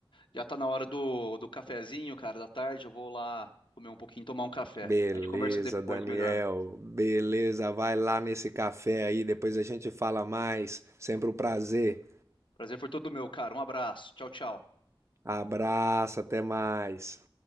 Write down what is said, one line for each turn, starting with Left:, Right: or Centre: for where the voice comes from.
Left: já tá na hora do, do cafezinho, cara, da tarde. Eu vou lá comer um pouquinho, tomar um café.
Right: Beleza,
Left: A gente conversa depois
Right: Daniel.
Left: melhor.
Right: Beleza, vai lá nesse café aí, depois a gente fala mais. Sempre um prazer.
Left: Prazer foi todo meu, cara. Um abraço. Tchau, tchau.
Right: Abraço, até mais.